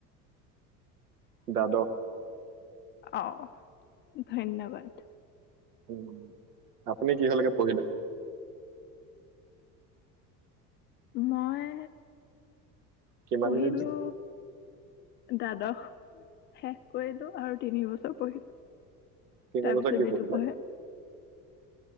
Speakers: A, on the right; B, on the left.
A: দাদক
B: অহ, ধন্যবাদ।
A: উম। আপুনি কিহৰলৈকে পঢ়িলে?
B: মই
A: কিমান
B: পঢ়িলো।
A: মিনিট-
B: দ্বাদশ শেষ কৰিলোঁ আৰু তিনি বছৰ পঢ়িলোঁ
A: তিনি
B: তাৰ
A: বছৰ
B: পিছত
A: কি
B: যিটো
A: পঢ়িলে
B: পঢ়ে।